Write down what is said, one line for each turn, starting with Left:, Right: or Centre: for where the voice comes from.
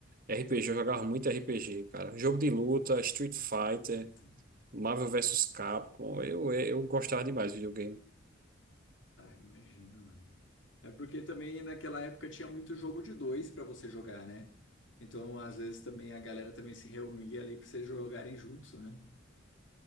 Right: RPG, eu jogava muito RPG, cara. Jogo de luta, Street Fighter,
Left: Eita.
Right: Marvel vs Capcom. Eu, eu gostava demais do videogame.
Left: Ah, imagina, mano. É porque também naquela época tinha muito jogo de dois para você jogar, né? Então, às vezes também a galera também se reunia ali para vocês jogarem juntos, né?